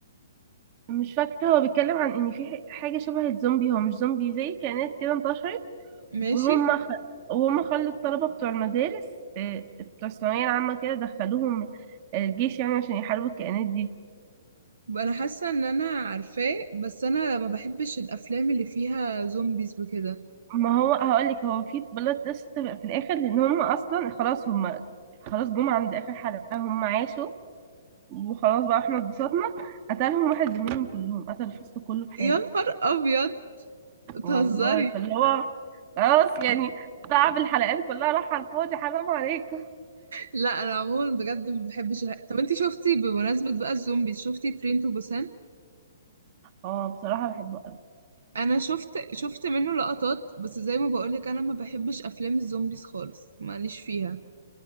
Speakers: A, on the right; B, on the right.
A: مش فاكره هو بيتكلم عن ان في ح- حاجه شبه الزومبي هو مش زومبي زي كائنات كده انتشرت
B: ماشي
A: وهم خ... وهم خلوا الطلبه بتوع المدارس آه، بتوع الثانويه العامه كده دخلوهم آه، الجيش يعني عشان يحاربوا الكائنات دي
B: انا حاسه ان انا عارفاه بس انا ما بحبش الافلام اللي فيها زومبيز وكده
A: ما هو هقول لك هو في بلوت تويست في الاخر لان هم اصلا خلاص هم خلاص جم عند اخر حلقه هم عاشوا وخلاص بقى احنا اتبسطنا قتلهم واحد زميلهم كلهم قتل الفصل كله في حاله
B: يا نهار ابيض بتهزري
A: والله فاللي هو خلاص يعني تعب الحلقات كلها راح على الفاضي حرام عليكم
B: لا انا عموما بجد ما بحبش الح- طب انتي شفتي بمناسبة بقى الزومبي شفتي ترين تو بوسان
A: اه بصراحة بحبه قوي
B: انا شفت شفت منه لقطات بس زي ما بقولك انا ما بحبش افلام الزومبيز خالص ماليش فيها